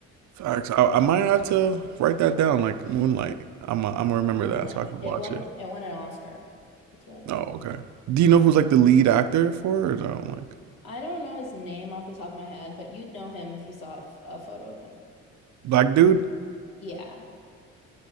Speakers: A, on the right (about 55°); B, on the left (about 75°).
A: Facts. I, I might have to write that down, like Moonlight. I'm i am i gonna remember
B: Moonlight.
A: that so I can
B: It
A: watch
B: won
A: it.
B: it won an Oscar. It's really good.
A: Oh, okay. Do you know who's like the lead actor for it? Or no, like
B: I don't know his name off the top of my head, but you'd know him if you saw a, f- a photo of him.
A: black dude?
B: Yeah,